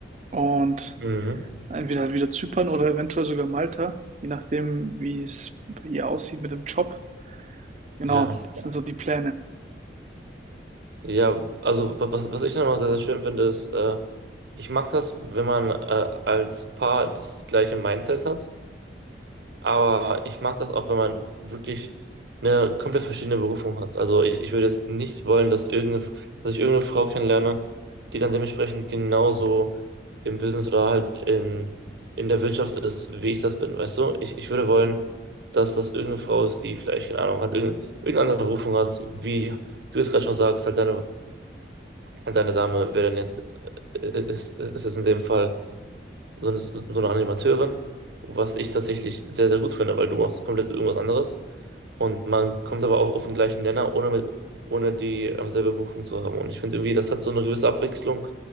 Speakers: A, on the right; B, on the right.
A: Und
B: Mhm.
A: Entweder halt wieder Zypern oder eventuell sogar Malta, je nachdem, wie es bei ihr aussieht mit dem Job. Genau,
B: Ja.
A: das sind so die Pläne.
B: Ja, also wa- was, was ich nochmal sehr, sehr schön finde, ist, äh, ich mag das, wenn man äh, als Paar das gleiche Mindset hat. Aber ich mag das auch, wenn man wirklich eine komplett verschiedene Berufung hat. Also ich, ich würde jetzt nicht wollen, dass irgendeine, dass ich irgendeine Frau kennenlerne, die dann dementsprechend genauso im Business oder halt in, in der Wirtschaft ist, wie ich das bin, weißt du? Ich, ich würde wollen, dass das irgendeine Frau ist, die vielleicht, keine Ahnung, hat, irgendeine, irgendeine andere Berufung hat, wie du es gerade schon sagst, halt deine, halt deine Dame wäre dann jetzt, äh, ist, ist jetzt in dem Fall so eine, so eine Animateurin, was ich tatsächlich sehr, sehr gut finde, weil du machst komplett irgendwas anderes und man kommt aber auch auf den gleichen Nenner, ohne, mit, ohne die äh, selbe Berufung zu haben. Und ich finde irgendwie, das hat so eine gewisse Abwechslung